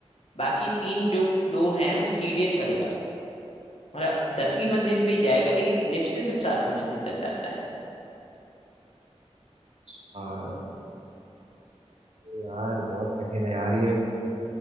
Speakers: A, on the left; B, on the right.
A: बाकी तीन जो फ्लोर हैं वो सीढ़ियां चढ़ेगा मतलब दसवीं मंजिल पे ही जाएगा लेकिन लिफ्ट से सिर्फ सातवीं मंजिल तक जाता है
B: चार यार बहुत कठिन है यार ये